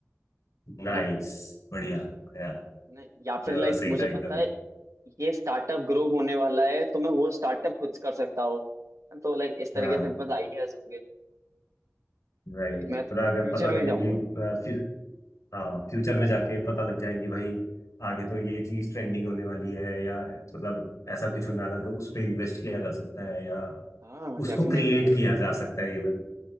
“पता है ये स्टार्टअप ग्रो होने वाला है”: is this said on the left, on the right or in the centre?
Right